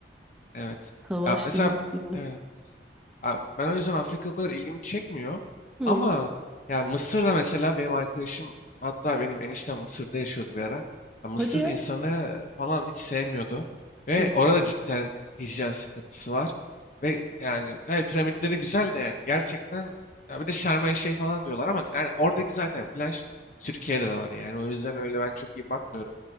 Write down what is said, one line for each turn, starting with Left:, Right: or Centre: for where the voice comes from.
Left: Evet.
Centre: Savaş
Left: Ya mesela
Centre: gibi bir şey var.
Left: evet. Ha, ben o yüzden Afrika o kadar ilgimi çekmiyor.
Centre: Hı.
Left: Ama ya Mısır'da mesela benim arkadaşım hatta benim eniştem Mısır'da yaşıyordu bir ara. Ya Mısır
Centre: Hadi ya.
Left: insanı falan hiç sevmiyordu. Ve
Centre: Hı.
Left: orada cidden hijyen sıkıntısı var. Ve yani tabii piramitleri güzel de yani gerçekten ya bir de Şarm El Şeyh falan diyorlar ama yani oradaki zaten plaj Türkiye'de de var yani. O yüzden öyle ben çok iyi bakmıyorum.